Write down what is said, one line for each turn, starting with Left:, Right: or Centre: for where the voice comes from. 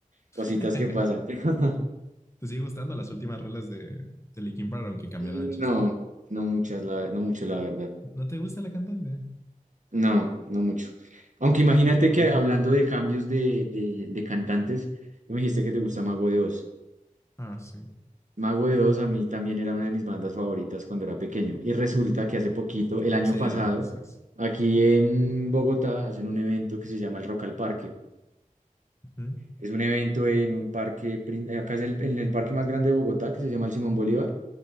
Left: <laughs>
Right: cositas que pasan. <laughs>
Left: ¿Te sigue gustando las últimas rolas de, de Linkin Park, aunque cambiaron
Right: Mm,
Left: a Chester?
Right: No, no muchas, la, no mucho, la verdad.
Left: ¿No te gusta la cantante?
Right: No, no mucho. Aunque imagínate
Left: Uy,
Right: que hablando de cambios de, de, de cantantes, tú me dijiste que te gusta Mago de Oz.
Left: ah, sí,
Right: Mago de Oz a mí también era una de mis bandas favoritas cuando era pequeño. Y resulta que hace poquito, el año
Left: sí,
Right: pasado,
Left: sí, sí.
Right: aquí en Bogotá hacen un evento que se llama el Rock al Parque.
Left: Ujú,
Right: Es un evento en un parque, prin- acá es el- en el parque más grande de Bogotá, que se llama el Simón Bolívar.